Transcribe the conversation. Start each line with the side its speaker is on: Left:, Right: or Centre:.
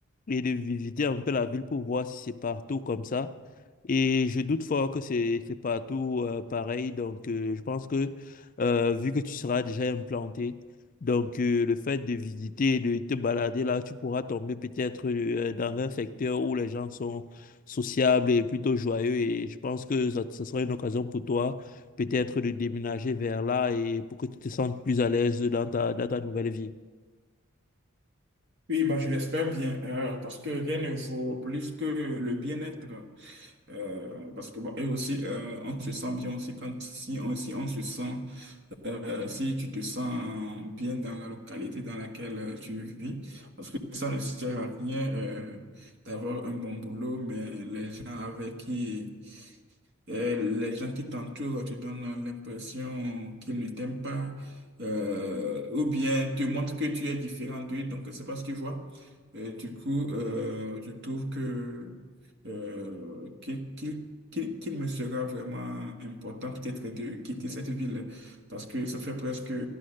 Left: et de visiter un peu la ville pour voir si c'est partout comme ça. Et je doute fort que c'est c'est partout euh, pareil. Donc, euh, je pense que euh, vu que tu seras déjà implanté, donc euh, le fait de visiter, de te balader là, tu pourras tomber peut-être euh, dans un secteur où les gens sont sociables et plutôt joyeux. Et je pense que ça, ça sera une occasion pour toi peut-être de déménager vers là et pour que tu te sentes plus à l'aise dans ta, dans ta nouvelle vie.
Right: Oui, bah, je l'espère bien, euh, parce que rien ne vaut plus que le bien-être. euh, parce que, bon, et aussi, euh, on se sent bien aussi quand, si on, si on se sent, euh, si tu te sens bien dans la localité dans laquelle euh, tu vis. Parce que ça ne sert à rien, euh, d'avoir un bon boulot, mais les gens avec qui et les gens qui t'entourent te donnent l'impression qu'ils ne t'aiment pas, euh, ou bien te montrent que tu es différent d'eux, donc c'est pas ce qu'ils voient. Et du coup, euh, je trouve que euh, qu'il qu'il- qu'il- qu'il me sera vraiment important peut-être de quitter cette ville parce que ça fait presque